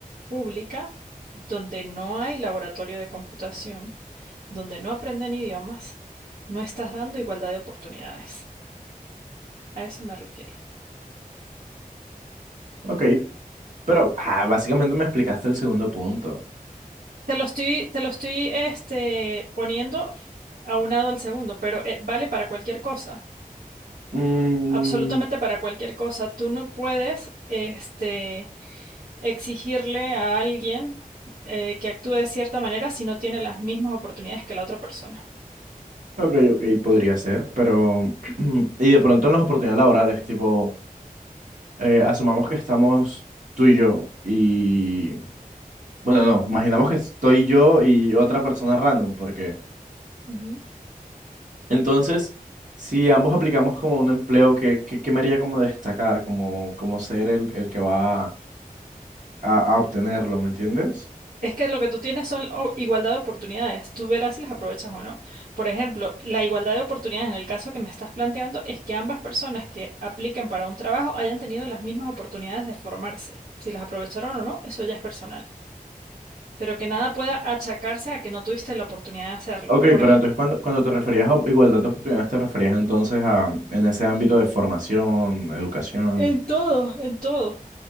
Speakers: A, on the right (about 80°); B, on the right (about 60°).
A: pública donde no hay laboratorio de computación, donde no aprenden idiomas, no estás dando igualdad de oportunidades. A eso me refiero.
B: Ok, pero ah, básicamente me explicaste el segundo punto.
A: Te lo estoy, te lo estoy este, poniendo aunado al segundo, pero eh, vale para cualquier cosa,
B: Mm,
A: absolutamente para cualquier cosa. Tú no puedes este, exigirle a alguien eh, que actúe de cierta manera si no tiene las mismas oportunidades que la otra persona.
B: ok, ok, podría ser, pero... <clears throat> Y de pronto en las oportunidades laborales, tipo, eh, asumamos que estamos tú y yo y Bueno, no, no, imaginamos que estoy yo y otra persona random, porque
A: Ujú.
B: entonces, si ambos aplicamos como un empleo, ¿qué, qué, qué me haría como destacar, como, como ser el, el que va a, a obtenerlo, ¿me entiendes?
A: Es que lo que tú tienes son o- igualdad de oportunidades. Tú verás si las aprovechas o no. Por ejemplo, la igualdad de oportunidades en el caso que me estás planteando es que ambas personas que apliquen para un trabajo hayan tenido las mismas oportunidades de formarse. Si las aprovecharon o no, eso ya es personal. Pero que nada pueda achacarse a que no tuviste la oportunidad de hacerlo.
B: Ok,
A: Por
B: pero
A: ejemplo.
B: entonces cuando, cuando te referías a op- igualdad de oportunidades, te referías entonces a en ese ámbito de formación, educación.
A: En todo, en todo,